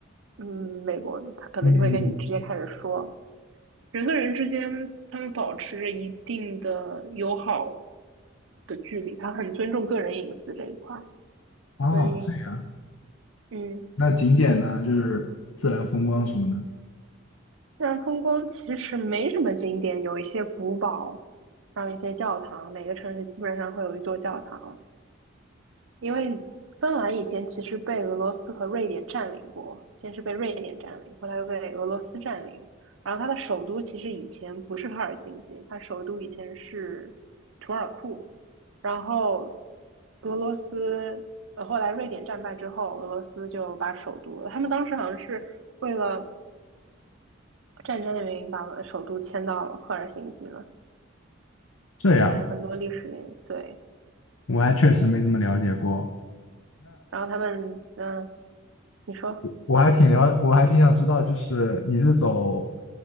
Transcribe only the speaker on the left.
嗯，
哦，
这样。
那景点呢，就是自然风光什么的。
这样，
我还确实没怎么了解过。
我还挺了，我还挺想知道，就是你是走